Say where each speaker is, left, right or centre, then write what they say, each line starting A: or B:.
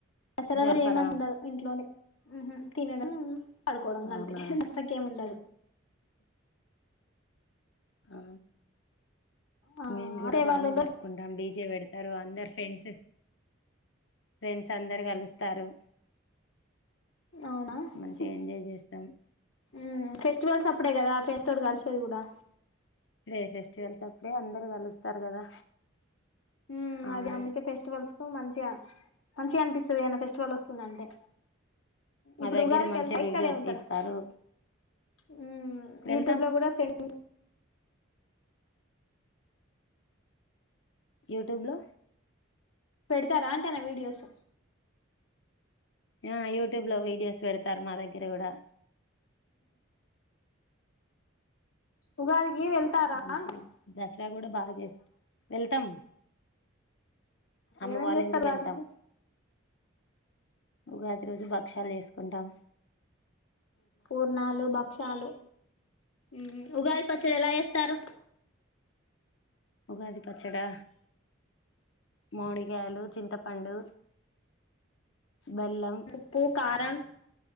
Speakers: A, on the left; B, on the left.
A: దసరా
B: జరపరా
A: రోజు ఏమంటండదు ఇంట్లోనే తినడం మ్మ్ హ్మ్ పడుకోవడం గంతే
B: అవునా
A: దశరాకి ఏం ఉండదు
B: ఆ
A: ఆ
B: మేమ్ కూడా
A: అదే
B: బానే
A: వాళ్ళ ఊళ్ళో
B: జరుపుకుంటాం డీజే పెడతారు అందరు ఫ్రెండ్స్ ఫ్రెండ్స్ అందరు కలుస్తారు
A: అవునా
B: మంచిగా
A: హ్
B: ఎంజాయ్ చేస్తాం
A: మ్మ్ ఫెస్ట్ స్టువల్స్ అప్పుడే కదా ఫ్రెండ్స్ తోటి కలిసేది గూడా
B: అదే ఫెస్టివల్స్ అప్పుడే అందరు కలుస్తారు కదా
A: మ్మూ
B: అవును
A: అది అందుకే ఫెస్టివల్స్ కు మంచిగా మంచిగా అనిపిస్తది ఏదన్నా ఫెస్టివల్ వస్తుందంటే.
B: మా
A: ఇప్పుడు
B: దగ్గర
A: ఉగాదికి
B: మంచిగా
A: వెళ్త ఇక్కడే
B: వీడియోస్
A: ఉంటరా,
B: తీస్తారు
A: హ్మ్
B: వెళ్తాం
A: యూట్యూబ్ లో కూడా సెండ్
B: యూట్యూబ్ లో
A: పెడతారా అంటానా వీడియోస్
B: ఆ యూట్యూబ్ లో వీడియోస్ వెడు తర్ మా దగ్గర గూడా
A: ఉగాది కీ వెళ్తారా
B: మంచి
A: అంటు
B: దసరా గూడ బా జేస్ వెళ్తం అమ్మ
A: ఏమేం
B: వాళ్ళ
A: చేస్తారు
B: ఇంటికి
A: ఉగాదికి
B: వెళ్తాం ఉగాది రోజు భక్ష్యాలు చేసుకుంటాం.
A: పూర్ణాలు, భక్షాలు, మ్మ్ ఉగాది పచ్చడి ఎలా వేస్తారు?
B: ఉగాది పచ్చడా మామిడికాయలు చింతపండు బెల్లం
A: ఉప్పు, కారం